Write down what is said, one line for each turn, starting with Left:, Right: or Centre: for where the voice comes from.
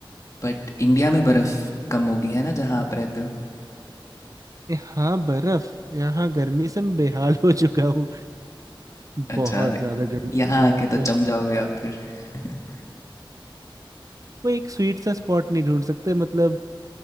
Left: बट इंडिया में बर्फ़ कम होगी है ना जहाँ आप रहते हो
Right: ए, हाँ बर्फ यहाँ गर्मी से मैं बेहाल हो चुका हूँ
Left: अच्छा
Right: बहुत ज्यादा गर्मी
Left: यहाँ
Right: होती
Left: आके
Right: है यहाँ
Left: तो
Right: पे
Left: जम जाओगे आप फिर <laughs>
Right: कोई एक स्वीट सा स्पॉट नहीं ढूंढ सकते मतलब